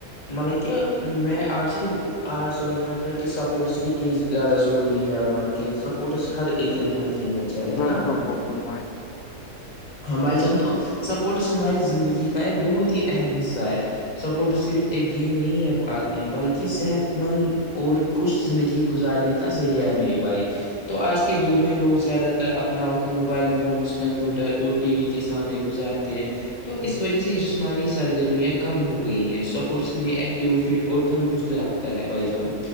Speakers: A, on the left (about 30°); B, on the left (about 80°).
A: مطلب کہ میں آپ سے آج سوچ رہا تھا کہ سپورٹس کتنی زیادہ ضروری ہے مطلب کہ سپورٹس ہر ایک انسان کی کلنا چاہے ہے
B: بالکل
A: نا
B: بالکل بھائی
A: ہاں بھائی جان تو سپورٹس ہماری زندگی کا ایک بہت ہی اہم حصہ ہے سپورٹ صرف ایک گیم نہیں ہے بلکہ صحت مند اور خوش زندگی گزارنے کا ذریعہ ہے میرے بھائی تو آج کے دور میں لوگ زیادہ تر اپنا وقت موبائل فونز کمپیوٹر اور ٹی وی کے سامنے گزارتے ہیں تو
B: جان،
A: اس
B: بالکل
A: وجہ سے جسمانی سرگرمیاں کم ہو گئی ہیں سپورٹس ہمیں ایکٹو فٹ اور تندرست رکھتا ہے بائی جام